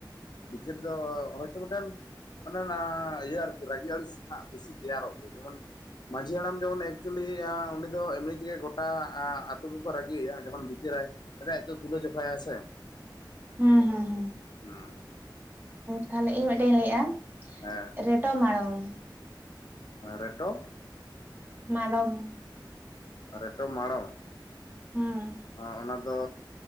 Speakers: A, on the left (about 60°); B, on the right (about 25°).
A: ᱵᱤᱪᱟᱹᱨ ᱫᱚ ᱦᱚᱭᱛᱳ ᱢᱤᱫᱴᱮᱱ ᱚᱱᱮ ᱚᱱᱟ ᱤᱭᱟᱹ ᱟᱨᱠᱤ ᱨᱟᱹᱜᱤ ᱟᱹᱲᱤᱥ ᱦᱟᱜ ᱵᱮᱥᱤ ᱛᱮᱭᱟᱨᱚᱜ ᱜᱮ ᱡᱮᱢᱚᱱ ᱢᱟᱺᱡᱷᱤ ᱦᱟᱲᱟᱢ ᱡᱮᱢᱚᱱ ᱮᱠᱪᱩᱭᱮᱞᱤ ᱩᱱᱤ ᱫᱚ ᱮᱢᱱᱤ ᱛᱮᱜᱮ ᱜᱚᱴᱟ ᱟ ᱮᱠᱚ ᱨᱟᱹᱜᱤᱭᱮᱭᱟ ᱡᱚᱠᱷᱚᱱ ᱵᱤᱪᱟᱹᱨᱟᱭ ᱥᱮ ᱟᱡ ᱛᱮ ᱛᱩᱞᱟᱹ ᱡᱚᱠᱷᱟᱭ ᱥᱮ
B: ᱦᱩᱸ ᱦᱩᱸ ᱦᱩᱸ
A: ᱦᱩᱸ
B: ᱛᱟᱦᱚᱞᱮ ᱤᱧ ᱢᱤᱫᱴᱮᱱ ᱤᱧ ᱞᱟᱹᱭᱮᱜᱼᱟ
A: ᱦᱮᱸ
B: ᱨᱮᱴᱚ ᱢᱟᱲᱚᱢ
A: ᱨᱮᱴᱚ
B: ᱢᱟᱲᱚᱢ
A: ᱨᱮᱴᱚ ᱢᱟᱲᱚᱢ
B: ᱦᱮᱸ
A: ᱚᱱᱟ ᱫᱚ